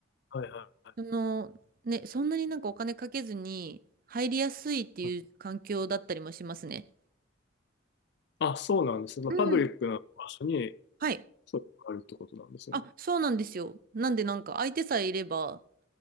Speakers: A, on the left (about 55°); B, on the right (about 45°).
A: はいはいは
B: その、ね、そんなになんかお金かけずに入りやすいっていう環境だったりもしますね。
A: いはい。あ、そうなんですねまあパブリックな場所に
B: うん。はい。
A: そういうのがあるってことなんですね。
B: あ、そうなんですよ。なんでなんか相手さえいれば、